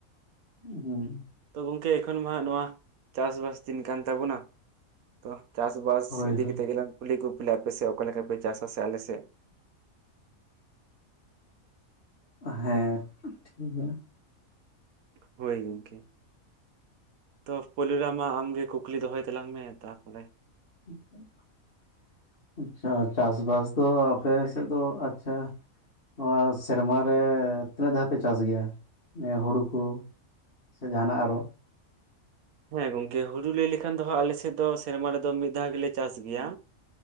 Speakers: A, on the left (about 40°); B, on the right (about 80°).
A: ᱦᱩᱸ
B: ᱛᱚ ᱜᱚᱝᱠᱮ ᱮᱠᱷᱚᱱ ᱢᱟ ᱦᱟᱸᱜ ᱱᱚᱣᱟ ᱪᱟᱥᱵᱟᱥ ᱫᱤᱱ ᱠᱟᱱ ᱛᱟᱵᱚᱱᱟ ᱛᱚ ᱪᱟᱥ-ᱵᱟᱥ
A: ᱦᱳᱭ
B: ᱤᱫᱤ
A: ᱦᱳᱭ
B: ᱠᱟᱛᱮᱜ ᱜᱮᱞᱟᱝ ᱠᱩᱞᱤ ᱠᱩᱯᱞᱤᱜ-ᱟ ᱟᱯᱮ ᱥᱮᱜ ᱚᱠᱟ ᱞᱮᱠᱟ ᱯᱮ ᱪᱟᱥᱟ ᱥᱮ ᱟᱞᱮ ᱥᱮᱜ
A: ᱦᱮᱸ ᱴᱷᱤᱠ ᱜᱮᱭᱟ᱾
B: ᱦᱳᱭ ᱜᱚᱢᱠᱮ᱾ ᱛᱚ ᱯᱳᱭᱞᱳ ᱨᱮ ᱢᱟ ᱟᱢᱜᱮ ᱠᱩᱠᱞᱤ ᱫᱚᱦᱚᱭ ᱛᱟᱞᱟᱝ ᱢᱮ ᱛᱟᱯᱚᱨᱮ
A: <unintelligible> ᱟᱪᱪᱷᱟ ᱪᱟᱥᱵᱟᱥ ᱫᱚ ᱟᱯᱮ ᱥᱮᱫ ᱫᱚ ᱟᱪᱪᱷᱟ ᱱᱚᱣᱟ ᱥᱮᱨᱢᱟᱨᱮ ᱛᱤᱱᱟᱹᱜ ᱫᱷᱟᱣ ᱯᱮ ᱪᱟᱥ ᱜᱮᱭᱟ ᱦᱩᱲᱩ ᱠᱚ? ᱥᱮ ᱡᱟᱦᱟᱱᱟᱜ ᱟᱨᱚ
B: ᱦᱮᱸ ᱜᱚᱝᱠᱮ ᱦᱩᱲᱩ ᱞᱟᱹᱭ ᱞᱮᱠᱷᱟᱱ ᱫᱚ ᱦᱟᱸᱜ ᱟᱞᱮ ᱥᱮᱫ ᱫᱚ ᱥᱮᱨᱢᱟ ᱨᱮᱫᱚ ᱢᱤᱫ ᱫᱷᱟᱣ ᱜᱮᱞᱮ ᱪᱟᱥ ᱜᱮᱭᱟ᱾